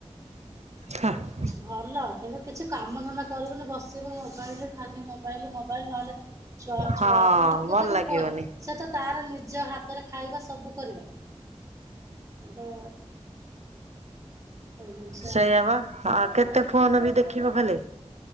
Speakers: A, on the right (about 80°); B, on the right (about 25°).
A: ହଁ
B: ଭଲ କିନ୍ତୁ କିଛି କାମ ଧନ୍ଦା କରିବୁନି ବସିବ ମୋବାଇଲ ଖାଲି ମୋବାଇଲ ମୋବାଇଲ ନହେଲେ ଛୁଆ
A: ହଁ
B: ଛୁଆ
A: ଭଲ
B: ତାକୁ
A: ଲାଗିବନି।
B: ସେ ତ ତାର ନିଜ ହାତରେ ଖାଇବା ସବୁ କରିବା କିନ୍ତୁ ଏଇ ଜିନିଷ
A: ସେଇଆ
B: ଆଉ
A: ବା ହଁ କେତେ ଫୋନ ବି ଦେଖିବ ଖାଲି।